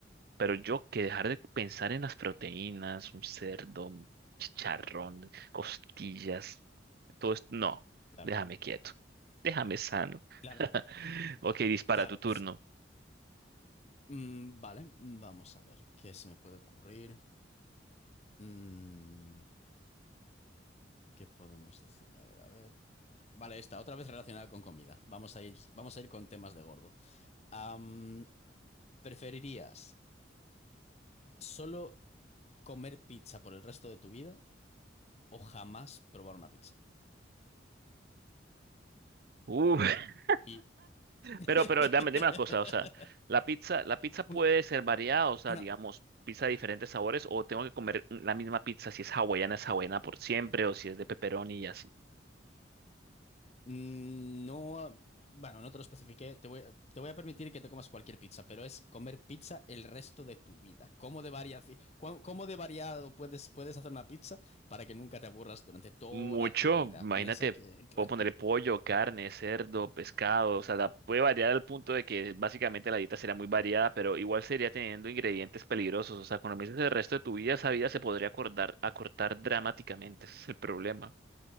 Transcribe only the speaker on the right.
Pero yo que dejar de pensar en las proteínas, un cerdo, un chicharrón, costillas, todo esto, no,
déjame quieto, déjame sano.
<laughs> Ok, dispara
tu turno.
Uh, <laughs>
pero,
pero dame, dime una cosa, o sea, la pizza, la pizza puede
ser variada, o sea,
digamos, pizza de diferentes sabores, o tengo que comer la misma pizza, si es hawaiana, es hawaiana por siempre, o si es de pepperoni y así.
Mucho,
imagínate,
puedo ponerle pollo, carne, cerdo, pescado, o sea, la- puede variar al punto de que básicamente la dieta será muy variada, pero igual sería teniendo ingredientes peligrosos, o sea, cuando me dices el resto de tu vida, esa vida se podría acordar, acortar dramáticamente, ese es el problema.